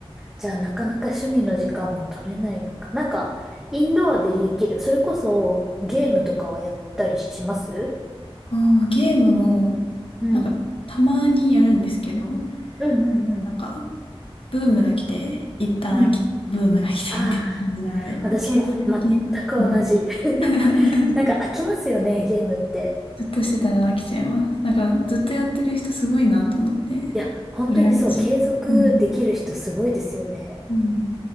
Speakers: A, in the centre; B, on the left (about 60°).
A: じゃあなかなか趣味の時間も取れないのか。なんか、インドアでできる。それこそゲームとかはやったりします
B: あーゲームも、
A: うん。
B: なんか、たまにやるんですけど、
A: うんうんうん。
B: なんか、ブームが来て、一旦飽きて、
A: うん。
B: ブームが来てみたいな感じなので、
A: ああ、私も全く同じ。
B: 継続的には、うん。<laughs>
A: <laughs> なんか飽きますよね、ゲームって。
B: ずっとしてたら飽きちゃいます。なんか、ずっとやってる人すごいなと思って、
A: うんいや、本当にそう、
B: 羨ましい。
A: 継続できる人すごいですよね。
B: うん。うん。